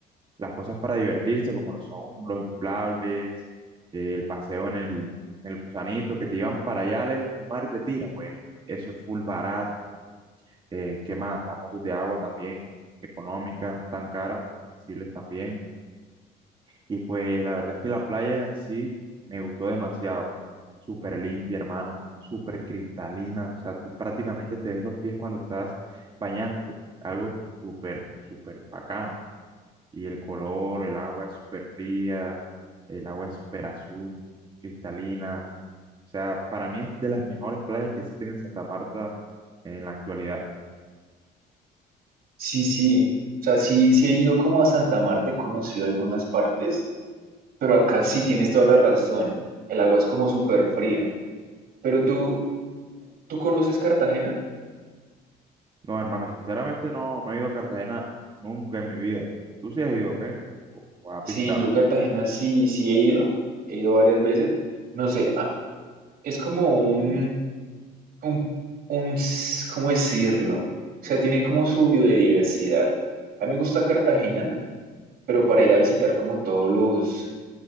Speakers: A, on the right; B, on the right.
A: las cosas para divertirse, como lo son los inflables, eh, el paseo en el, en el gusanito, que te llevan para allá lejos en el mar y te tiran. Bueno, eso es full barato. Eh, ¿qué más? Las motos de agua también, económicas, no tan caras, accesibles también. Y pues la verdad es que la playa en sí me gustó demasiado. Súper limpia, hermano, súper cristalina. O sea, tú prácticamente te ves los pies cuando estás bañándote. Algo súper, súper bacano y el color, el agua es súper fría, el agua es súper azul, cristalina. O sea, para mí es de las mejores playas que existen en Santa Marta en la actualidad.
B: Sí, sí. O sea, sí, sí he ido como a Santa Marta, he conocido algunas partes. Pero acá sí tienes toda la razón. El agua es como súper fría. Pero tú, ¿tú conoces Cartagena?
A: No, hermano, sinceramente no, no he ido a Cartagena nunca en mi vida. ¿Tú sí has ido, qué? ¿O, o has
B: Sí,
A: visitado?
B: yo Cartagena sí, sí he ido. He ido varias veces. No sé, a- es como un, un, un, s- ¿cómo decirlo? O sea, tiene como su biodiversidad. A mí me gusta Cartagena, pero para ir a visitar como todos los,